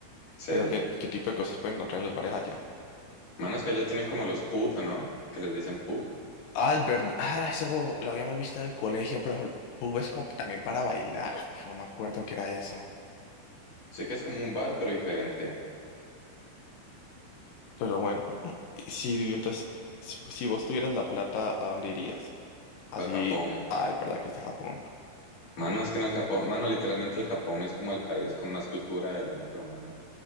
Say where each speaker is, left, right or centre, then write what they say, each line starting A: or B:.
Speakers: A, on the left (about 40°); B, on the left (about 80°).
A: Sí.
B: ¿Pero qué, qué tipo de cosas pueden encontrar en los bares allá?
A: Mano, es que allá tienen como los pub, ¿no? Que les dicen pub.
B: Ah, es verdad. Ah, eso lo habíamos visto en el colegio, pero pubes como también para bailar. Uf, no me acuerdo qué era eso.
A: Sé que es como un bar, pero diferente.
B: Pero bueno, y si entonces, si, pues, si vos tuvieras la plata, ¿a dónde irías? Así,
A: Para el Japón.
B: ah, es verdad que es de Japón.
A: Mano, es que en el Japón, mano, literalmente el Japón es como el país con más cultura del mundo, mano.